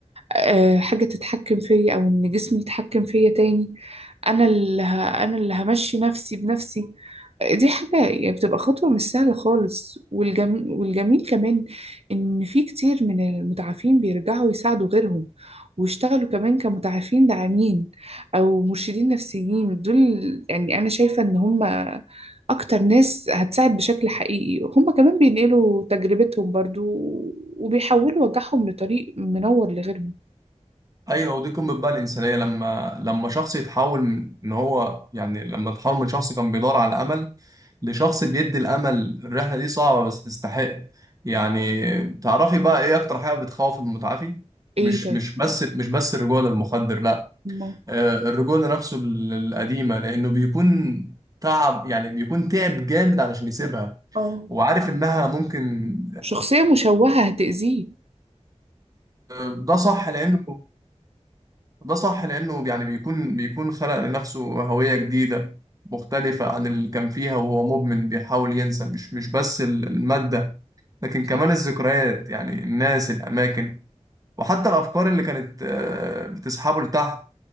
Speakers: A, on the right (about 55°); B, on the right (about 30°).
A: آه، حاجة تتحكم فيا أو إن جسمي يتحكم فيا تاني أنا اللي ه... أنا اللي همشي نفسي بنفسي آه، دي حاجة يعني بتبقى خطوة مش سهلة خالص والجميل, والجميل كمان إن في كتير من المتعافين بيرجعوا يساعدوا غيرهم واشتغلوا كمان كمتعافين داعمين أو مرشدين نفسيين دول يعني أنا شايفة إن هم أكتر ناس هتساعد بشكل حقيقي هم كمان بينقلوا تجربتهم برضو وبيحولوا وجعهم لطريق منور لغيرهم
B: ايوه ودي قمه بقى الانسانيه لما لما شخص يتحول من ان هو يعني لما تحول من شخص كان بيدور على امل لشخص بيدي الامل الرحله دي صعبه بس تستحق يعني تعرفي بقى ايه اكتر حاجه بتخوف المتعافي
A: ايه
B: مش
A: طيب
B: مش بس مش بس الرجوع للمخدر لا
A: ما
B: آه، الرجوع لنفسه ال- القديمه لانه بيكون تعب يعني بيكون تعب جامد علشان يسيبها
A: اه
B: وعارف انها ممكن
A: شخصية مشوهة هتأذيه
B: آه، ده صح لانه ده صح لأنه يعني بيكون بيكون خلق لنفسه هوية جديدة مختلفة عن اللي كان فيها وهو مدمن بيحاول ينسى مش مش بس ال- المادة لكن كمان
A: صح
B: الذكريات يعني الناس الأماكن وحتى الأفكار اللي كانت آه، بتسحبه لتحت